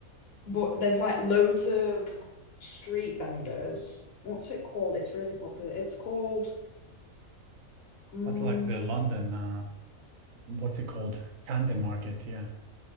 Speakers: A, on the left; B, on the right.
A: but there's like loads of street vendors. What's it called? It's really popular. It's called um
B: That's like the London, uh, what's it called? Camden Market, yeah.